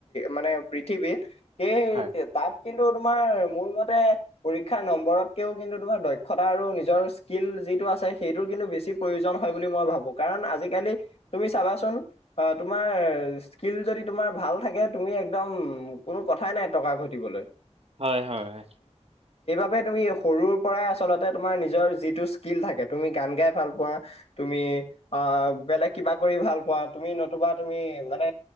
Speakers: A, on the left; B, on the right.
A: মানে পৃথিৱীত হে
B: হয়
A: এতিয়া তাত কিন্তু তোমাৰ মোৰ মতে পৰীক্ষাৰ নম্বৰতকেও কিন্তু তোমাৰ দক্ষতা আৰু নিজৰ স্কিল। যিটো আছে সেইটোৰ কিন্তু বেছি প্ৰয়োজন হয় বুলি মই ভাবোঁ। ভু কাৰণ আজিকালি তুমি চাবাচোন অ তোমাৰ স্কিল যদি তোমাৰ ভাল থাকে তু তুমি একদম কোনো কথাই নাই টকা ঘটিবলৈ।
B: হয় হয়।
A: এপে তুমি সৰুৰ পৰাই আচলতে তোমাৰ নিজৰ যিটো স্কিল থাকে তুমি গান গাই ভাল পোৱা তুমি অ বেলেগ কিবা কৰি ভাল পোৱা তুমি নতুবা তুমি মানে